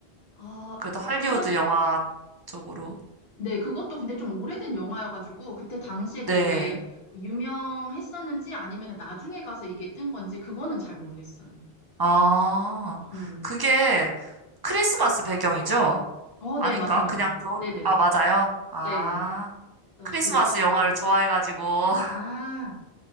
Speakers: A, on the left; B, on the right.
A: 아,
B: 그래도 할리우드
A: 그건
B: 영화 쪽으로.
A: 네, 그것도 근데 좀 오래된 영화여가지고 그때 당시에
B: 네.
A: 되게 유명했었는지 아니면 나중에 가서 이게 뜬 건지 그거는 잘 모르겠어요.
B: 아,
A: 음,
B: 그게 크리스마스 배경이죠?
A: 어,
B: 아닌가?
A: 네, 맞습니다.
B: 그냥 겨울,
A: 네네,
B: 아, 맞아요. 아,
A: 네, 어,
B: 크리스마스
A: 되게 주-
B: 영화를
A: 음.
B: 좋아해가지고, <laughs>
A: 아,